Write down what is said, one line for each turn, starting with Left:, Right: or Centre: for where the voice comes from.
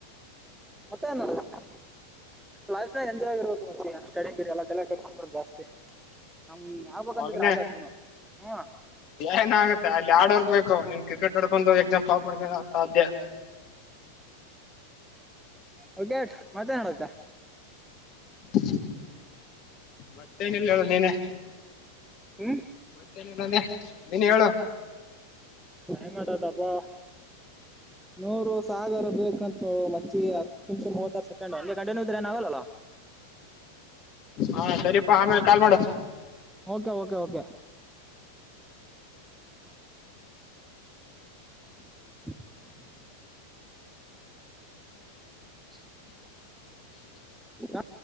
Centre: ಮತ್ತೆ ನ್ಡ ಲೈಫ್ ನ ಎಂಜಾಯ್ ಆಗಿರ್ಬೇಕು ಮುಂಚೆ ಸ್ಟಡಿ ಗಿಡಿ ಎಲ್ಲಲ್ಲ ಕಟ್ಸಂಬಡ್ ಜಾಸ್ತಿ ಹಂಗ್ ಆಗ್ಬೇಕಂತಿದ್ರೆ
Left: ಮಗನೆೇ
Centre: ಆಗತ್ತೀವಿ ನಾವು ಹ್ಮ್
Left: ಏನ ಆಗತ್ತೆ ಅಲ್ಲಿ ಹಾರ್ಡ್ವರ್ಕ್ ಬೇಕು ಹ ನೀನ್ ಕ್ರಿಕೆಟ್ ಎಕ್ಸಾಮ್ ಪಾಸ್ ಮಾಡ್ಕೊ ಸಾಧ್ಯ
Centre: ವಿಕೇಟ್ ಮತ್ತೆ ಆಡಕ
Left: ಹ ಮತ್ತೇನಿಲ್ಲ ಹೇಳ ನೀನೇ
Centre: ಹೂ
Left: ಮತ್ತೇನಲ್ಲ ಅಂದೆ ನೀನ್ ಹೇಳು
Centre: ಹೆಂಗ ಮಾಡದಪ್ಪಾ ನೂರು ಸಾಗರ ಬೇಕಂತೂ ಮಚ್ಚಿ ಹತ್ತು ನಿಮಿಷ ಮೂವತ್ತಾರು ಸೆಕೆಂಡ್ ಹಂಗೆ ಗಂಟೆನ್ಯೂ ಇದ್ರೆನ ಆಗಲ್ಲಾ
Left: ಹಾ ಸರಿ ಪ್ಪಾ ಆಮೇಲೆ ಕಾಲ್ ಮಾಡ
Centre: ಓಕೆ ಓಕೆ ಓಕೆ ಹ ಹ ಹ